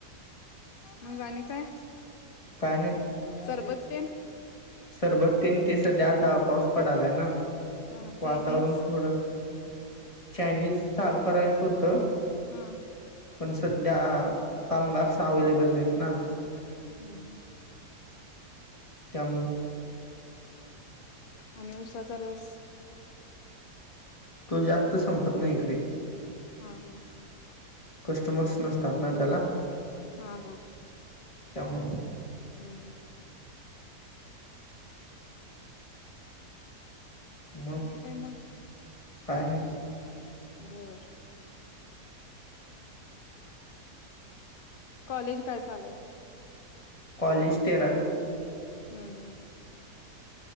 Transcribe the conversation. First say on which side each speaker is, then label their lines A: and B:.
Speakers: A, on the left (about 65°); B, on the left (about 20°).
A: मग आणि काय?
B: काय नाही
A: सरबत तेन
B: सरबत तेन ते सध्या आता पाऊस पडालाय ना
A: हा
B: वातावरण
A: चायनीज
B: थोडं चायनीज चालू करायच होत.
A: हा
B: पण सध्या कामगारस अवेलेबल नाहीत ना.
A: हम्म हम्म
B: त्यामुळ
A: आणि ऊसाचा रस.
B: तो जास्त संपत नाही इकडे.
A: हा हा
B: कस्टमर्स नसतात ना त्याला.
A: हा हा.
B: त्यामुळ
A: हम्म हम्म
B: मग
A: आणि काय मग
B: काय नाही
A: बर कॉलेज काय चालूय?
B: कॉलेज तेरावी
A: हम्म हम्म